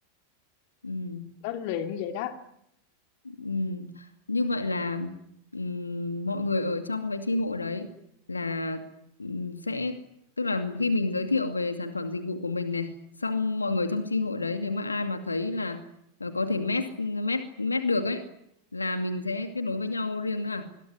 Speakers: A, on the left; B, on the left.
A: ừ.
B: nó luyện vậy đó
A: Ừ. như vậy là ừ, mọi người ở trong cái chi hội đấy là ừ, sẽ tức là khi mình giới thiệu về sản phẩm dịch vụ của mình này xong mọi người trong chi hội đấy nếu mà ai mà thấy là ờ, có thể match match match được ấy là mình sẽ kết nối với nhau riêng nữa à